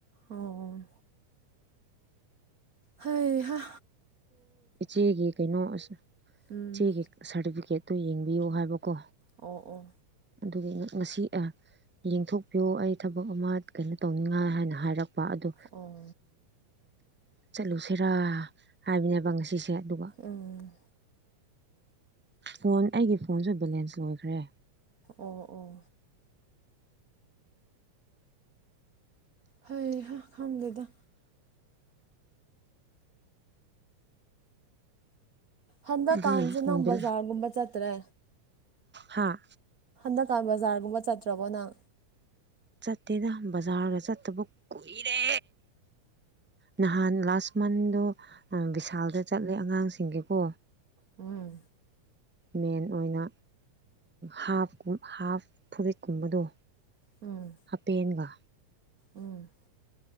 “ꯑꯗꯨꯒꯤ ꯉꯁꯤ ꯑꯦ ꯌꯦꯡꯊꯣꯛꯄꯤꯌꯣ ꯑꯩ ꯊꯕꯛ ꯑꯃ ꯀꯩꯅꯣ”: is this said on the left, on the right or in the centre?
Centre